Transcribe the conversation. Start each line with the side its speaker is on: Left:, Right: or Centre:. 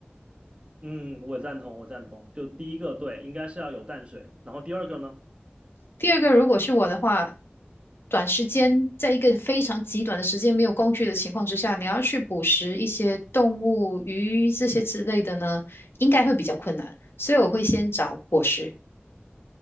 Right: 嗯，我赞同，我赞同。就第一个，对，应该是要有淡水，然后第二个呢，
Left: 第二个，如果是我的话，短时间在一个非常极短的时间没有工具的情况之下，你要去捕食一些动物、鱼这些之类的呢，应该会比较困难，所以我会先找果实。